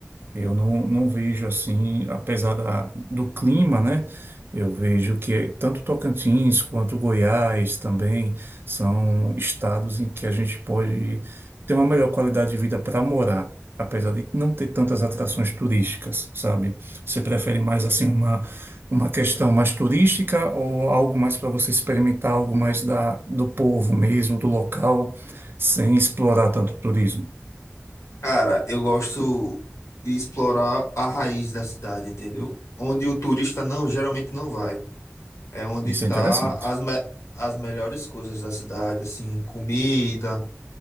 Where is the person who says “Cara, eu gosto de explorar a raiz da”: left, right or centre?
Left